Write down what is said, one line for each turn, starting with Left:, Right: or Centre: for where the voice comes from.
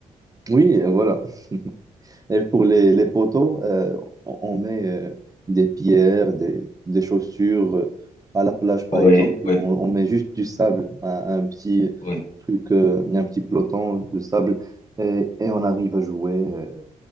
Right: Oui, voilà. Et pour les, les poteaux, euh, on, on met euh, des pierres, des, des chaussures. euh, à la plage, par
Left: Oui,
Right: exemple,
Left: oui,
Right: on, on met juste du sable, un, un petit
Left: oui,
Right: truc, euh, un petit peloton de sable, et, et on arrive à jouer euh,